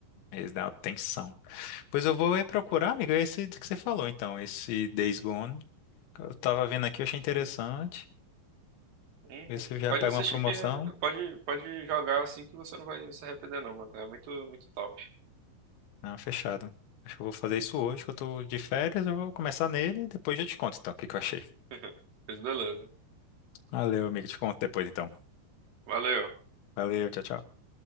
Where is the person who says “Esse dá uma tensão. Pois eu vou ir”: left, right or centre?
Left